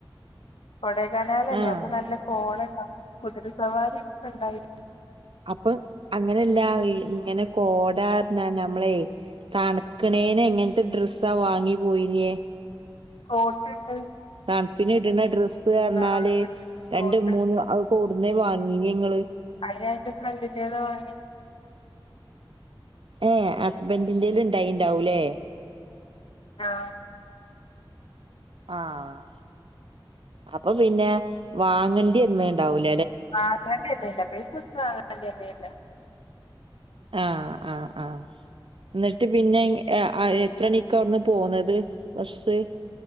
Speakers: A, on the left; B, on the right.
A: കൊടയ് കനാലല്ലേ
B: ആഹ്
A: അപ്പൊ നല്ല കോട കുതിരസവാരിയൊക്കെ ഇണ്ടായിന്
B: അപ്പൊ അങ്ങനെല്ലാ ഇങ്ങനെ കോ അതാ പറഞ്ഞേ നമ്മളെ തണുക്കണേന് എങ്ങനത്തെ ഡ്രസ്സാ വാങ്ങി പോയിനേ
A: കോട്ടിട്ട്
B: ആ പിന്നെ ഇടണ ഡ്രസ് റഞ്ഞാല്
A: ആ
B: രണ്ട്
A: കോട്ട്
B: മൂന്ന് ഔ കൂടുന്നെ വാങ്ങീനി ങ്ങൾ
A: ഞാൻ എന്റെ ഫ്രണ്ടിൻ്റെന്ന് വാങ്ങി
B: ഏ ഹസ്ബന്റിൻ്റെല് ഇണ്ടായിണ്ടാവൂല്ലേ
A: ആഹ്
B: ആഹ് അപ്പൊ പിന്നെ വാങ്ങണ്ടിവന്നണ്ടാവൂല
A: ആഹ് അങ്ങനെല്ല ല്ലാ പൈസ കൊടുത്ത് വാങ്ങേണ്ടിവന്നില്ല
B: ആഹ് ആഹ് ആഹ് എന്നിട്ട് പിന്നെ ഇ ആ അ എത്ര മണിക്കവടെന്ന് പോന്നത് ബസ്